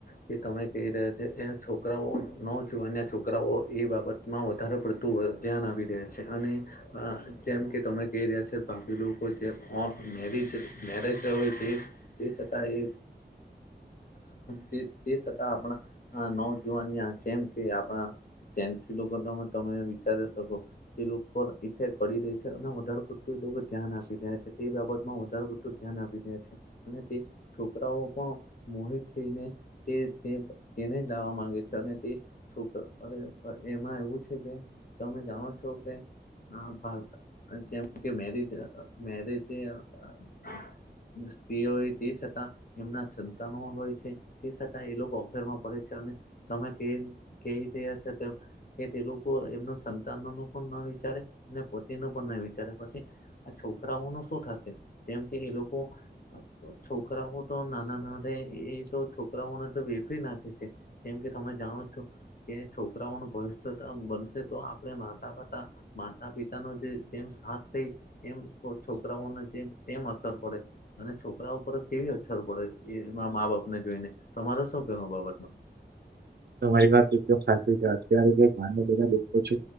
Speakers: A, on the left; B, on the right.
A: કે તમે કહી રહ્યા છે એ છોકરાઓ ન જોવાન્યા છોકરાઓ એ બાબત માં વધારે પડતું ધ્યાન આવી રહ્યા છે અને જેમ કે તમે કહી રહ્યા છો ભપી લોકો જે મેરીજ મેરેજ હોય તે તે છતા એ જે તે છતાં આપણા નવજુવાન જેમ કે આપણા ચેન્સી લોકો તમે તમે વિચારી શકો તે લોકો ઇફેક્ટ પી રહી છે અને વધારે પડતું એ ધ્યાન આપી રહ્યા છે તે બાબતમાં વધારે પું ધ્યાન આપી રહ્યા છે અને તે છોકરાઓ પણ મોહે ખઈને તે તે તેને લાવવા માંગે છે અને તે છોકરા અરે એમાં એવું છે કે તમે જાણો છો કે હા જેમ કે મેરેજ મેરેજ બ પ્ર હોય તે છતાં એમના સંતાનો હોય છે તે છતાં એ લોકો ઓફેરમાં પડે છે અને તમે કેવી કેવી ર હશે તેમ કે તે લોકો એમના સંતાનો ન પણ ના વિચારે અને પોતિ ન પણ ના વિચારે પછી આ છોકરાઓ ન શું થશે જેમ કે એ લોકો હ તો છોકરાઓ તો નાના ના અરે એ તો છોકરાઓને તો વેફરી નાખે છે જેમ કે તમે જાણો છો કે્યા છોકરાઓનું ભવ બનશે તો આપણે માતા પતા માતા પિતાનો જે જેમ સાથ રઈ એમ તો છોકરાઓને જે તેમ અસર પડે અને છોકરા ઉપર કેવી અસર પડે એ મા બાપ ને જોઈને તમારે શું કેવ બાબત ન
B: તમારી વાતમ સાચી છે અત્યારે જે લોકો છે